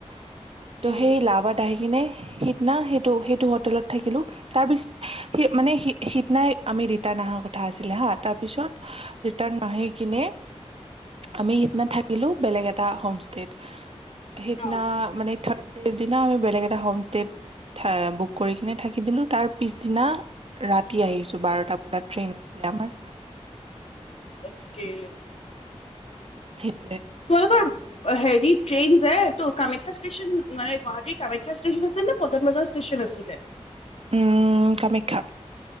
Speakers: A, on the right; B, on the left.
A: <inaudible> টো
B: উম
A: সেই লাবাত আহি কিনে <inaudible> না সেইটো, সেইটো হোটেলত থাকিলো। তাৰ পিছ, মানে সি-সিদিনাই আমি ৰিটাৰ্ণ অহাৰ কথা আছিলে হা, তাৰপিছত ৰিটাৰ্ণ নাহি কিনে আমি সিদিনা থাকিলো বেলেগ এটা হোম ষ্টেত। সেইদিনা
B: অ
A: মানে থাৰ্ড সেইদিনা আমি বেলেগ এটা হোমষ্টেত থা, বুক কৰি কিনে থাকি দিলোঁ, তাৰ পিছদিনা ৰাতি আহিছোঁ বাৰটা বজাত ট্ৰেইন আছিলে আমাৰ।
B: অকে।
A: সেইট
B: তোমালোকৰ, হে ট্ৰেইন যায়, এইটো কামাখ্যা ষ্টেচন মানে গুৱাহাটীৰ কামাখ্যা ষ্টেচন আছিল নে, পটন বজাৰ ষ্টেচন আছিলে?
A: উম, কামখ্যা।